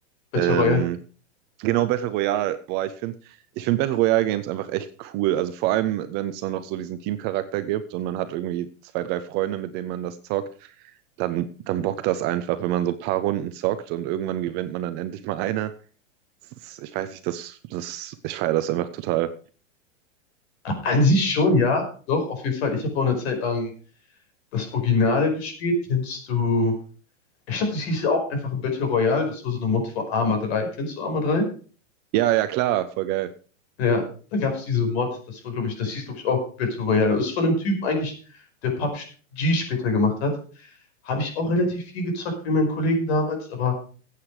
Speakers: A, on the left; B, on the right.
A: Battle
B: Ähm,
A: Royale.
B: Genau, Battle Royale. Boah, ich finde ich finde Battle Royale Games einfach echt cool. Also vor allem, wenn es dann noch so diesen Teamcharakter gibt und man hat irgendwie zwei, drei Freunde, mit denen man das zockt, dann, dann bockt das einfach, wenn man so ein paar Runden zockt und irgendwann gewinnt man dann endlich mal eine. Das ist, ich weiß nicht, das, das, ich feiere das einfach total.
A: An sich schon, ja. Doch, auf jeden Fall. Ich habe auch eine Zeit lang das Originale gespielt. Kennst du? Ich glaube, das hieß ja auch einfach Battle Royale. Das war so eine Mod für Arma 3. Kennst du Arma 3?
B: Ja, ja, klar, voll geil.
A: Ja, da gab es diese Mod. Das war, glaube ich, das hieß, glaube ich, auch Battle Royale. Ist von einem Typen eigentlich, der PUBG später gemacht hat. Habe ich auch relativ viel gezockt wie meinen Kollegen damals, aber